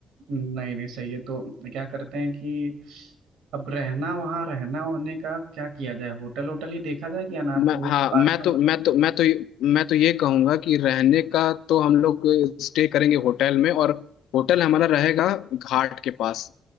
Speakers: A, on the right (about 85°); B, on the left (about 85°).
A: नहीं नहीं सही है तो क्या करते हैं कि अब रहना वहाँ रहना होने का क्या किया जाए होटल होटल ही देखा जाए कि अनाथ
B: मैं
A: वो
B: हाँ
A: पास
B: मैं
A: में
B: तो
A: मौसम
B: मैं तो मैं तो मैं तो ये कहूंगा कि रहने का तो हम लोग स्टे करेंगे होटल में और होटल हमारा रहेगा घाट के पास